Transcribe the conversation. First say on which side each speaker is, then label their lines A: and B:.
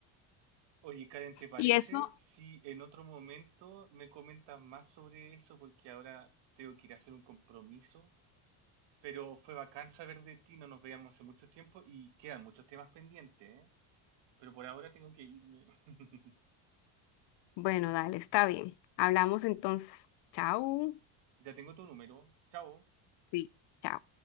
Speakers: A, on the right (about 65°); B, on the left (about 60°).
A: Oye, Karen, ¿te parece
B: Y eso,
A: si en otro momento me comentas más sobre eso? Porque ahora tengo que ir a hacer un compromiso. Pero fue bacán saber de ti, no nos veíamos hace mucho tiempo y quedan muchos temas pendientes, ¿eh? Pero por ahora tengo que irme. <laughs>
B: bueno, dale, está bien. Hablamos entonces. Chao.
A: Ya tengo tu número. Chao.
B: Sí, chao.